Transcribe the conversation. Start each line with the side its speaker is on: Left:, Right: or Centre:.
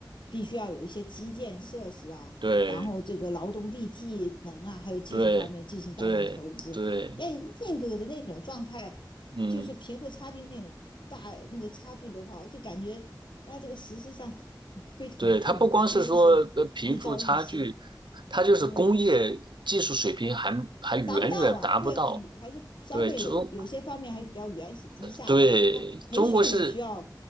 Left: 必须要有一些基建设施啊，
Right: 对
Left: 然后这个劳动力技能啊，还有技术方面进行大量投资。
Right: 对对对，
Left: 那印度的那种状态，
Right: 嗯，
Left: 就是贫富差距那种大那个差距的话，我就感觉在这个实施上 <laughs> 非常困难，
Right: 对，它不光是说呃贫富差距，
Left: 不是说一朝一夕，
Right: 它就是工业技术水平还还远远达不到。
Left: 对。达不到啊，对，很还是相对有有些方面还是比较原始低下的。
Right: 对中对中国是
Left: 它培训也需要